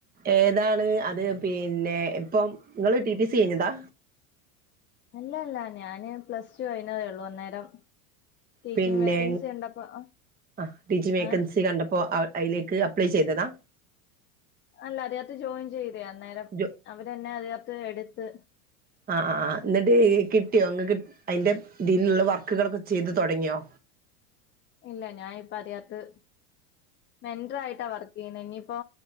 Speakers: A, on the right; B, on the left.
A: ഏതാണ് അത്? പിന്നെ ഇപ്പം ഇങ്ങൾ ടി ടി സി കഴിഞ്ഞതാ?
B: അല്ല അല്ല ഞാന് പ്ലസ് ടു കഴിഞ്ഞതേ ള്ളൂ അന്നേരം ടീച്ചിങ്
A: പിന്നെ
B: വേക്കൻസി കണ്ടപ്പോ
A: അ ടീച്ചിങ് വേക്കൻസി
B: ഏഹ്
A: കണ്ടപ്പോ അവ അയിലേക്ക് അപ്ലൈ ചെയ്തതാ?
B: അല്ല അതകത്ത് ജോയിൻ ചെയ്ത് അന്നേരം
A: ജോ
B: അവരെന്നെ അതിനത്ത് എട്ത്ത്
A: ആഹ് ആഹ് ആഹ് ന്ന്ട്ട് കിട്ടിയോ? ഇങ്ങക്ക് അയിന്റെ ഇതിലുള്ള വർക്ക്കളൊക്കെ ചെയ്ത് തൊടങ്ങിയോ?
B: ഇല്ല ഞാ ഇപ്പ അതിനത്ത് മെന്ററായിട്ടാ വർക്കെയ്യുന്നെ ഇനിയിപ്പോ.